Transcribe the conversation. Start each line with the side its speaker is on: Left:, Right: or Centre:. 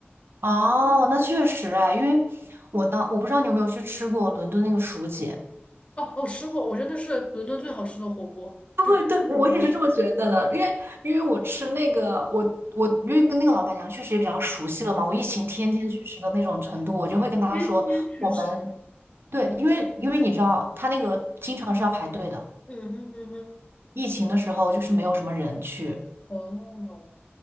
Right: 哦，那确实哎，因为我当我不知道你有没有去吃过伦敦那个薯姐。
Left: 哦，我吃过，我真的是伦敦最好吃的火锅，就最正宗的火锅。
Right: 对，对，我也是这么觉得的，因为因为我吃那个，我我因为跟那个老板娘确实也比较熟悉了嘛，我疫情天天去吃的那种程度，我就会跟她说，
Left: 天天去吃，
Right: 我们对，因为因为你知道，他那个经常是要排队的，
Left: 嗯哼嗯哼，
Right: 疫情的时候就是没有什么人去，
Left: 哦，